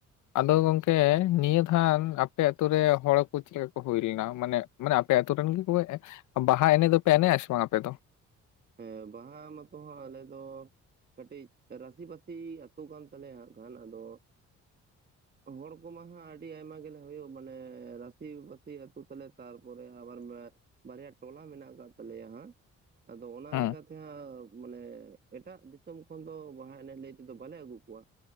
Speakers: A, on the left; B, on the right.
A: ᱟᱫᱚ ᱜᱚᱝᱠᱮ ᱱᱤᱭᱟᱹ ᱫᱷᱟᱣ ᱟᱯᱮ ᱟᱛᱩᱨᱮ ᱦᱚᱲ ᱠᱚ ᱪᱮᱫ ᱞᱮᱠᱟ ᱠᱚ ᱦᱩᱭ ᱞᱮᱱᱟ, ᱢᱟᱱᱮ ᱢᱟᱱᱮ ᱟᱯᱮ ᱟᱹᱛᱩ ᱨᱤᱱ ᱠᱚ ᱵᱟᱦᱟ ᱮᱱᱮᱡ ᱫᱚ ᱯᱮ ᱮᱱᱮᱡᱼᱟ ᱥᱮ ᱵᱟᱝ ᱟᱯᱮ ᱫᱚ?
B: ᱦᱮᱸ ᱵᱟᱦᱟ ᱢᱟᱛᱚ ᱦᱚᱸ ᱟᱞᱮ ᱫᱚ ᱠᱟᱹᱴᱤᱡ ᱨᱟᱥᱤᱵᱟᱹᱥᱤ ᱟᱹᱛᱩ ᱠᱟᱱ ᱛᱟᱞᱮᱭᱟᱦᱟᱸᱜ ᱟᱠᱷᱟᱱ, ᱟᱫᱚ
A: <inaudible>
B: ᱦᱚᱲ ᱠᱚᱢᱟ ᱦᱟᱜ ᱟᱹᱰᱤ ᱟᱭᱢᱟ ᱜᱮᱞᱮ ᱦᱩᱭᱩᱜ ᱢᱟᱱᱮ ᱨᱟᱥᱤ ᱵᱟᱥᱤ ᱟᱹᱛᱩ ᱛᱟᱞᱮ᱾ ᱛᱟᱨᱯᱚᱨᱮ ᱟᱵᱟᱨ ᱵᱟᱨᱭᱟ ᱴᱚᱞᱟ ᱢᱮᱱᱟᱜ ᱟᱠᱟᱫ ᱛᱟᱞᱮᱭᱟ ᱦᱟᱜ᱾ ᱟᱫᱚ ᱚᱱᱟ
A: ᱦᱮᱸ
B: ᱞᱮᱠᱟᱛᱮ ᱡᱟᱦᱟᱸ ᱢᱟᱱᱮ ᱮᱴᱟᱜ ᱫᱤᱥᱚᱢ ᱠᱷᱚᱱ ᱫᱚ ᱵᱟᱦᱟ ᱮᱱᱮᱡ ᱞᱟᱹᱭ ᱛᱮᱫᱚ ᱵᱟᱞᱮ ᱟᱹᱜᱩ ᱠᱚᱣᱟ᱾